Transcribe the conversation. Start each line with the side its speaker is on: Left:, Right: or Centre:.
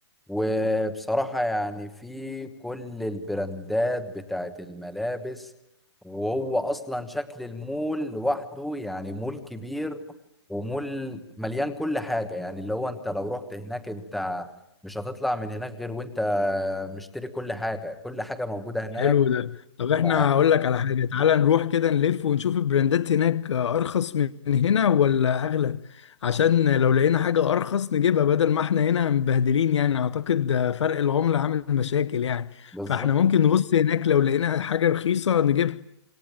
Centre: وبصراحة يعني في كل البراندات بتاعت الملابس وهو أصلا شكل المول لوحده يعني مول كبير ومول مليان كل حاجة يعني اللي هو أنت لو رحت هناك أنت مش هتطلع من هناك غير وأنت مشتري كل حاجة كل حاجة موجودة هناك
Left: حلو ده طب احنا
Centre: ف-
Left: هقول لك على حاجة تعالى نروح كده نلف ونشوف البراندات هناك أرخص من هنا ولا أغلى عشان لو لقينا حاجة أرخص نجيبها بدل ما احنا هنا مبهدلين يعني أعتقد فرق العملة عامل مشاكل يعني
Centre: بالظبط
Left: فاحنا ممكن نبص هناك لو لقينا حاجة رخيصة نجيبها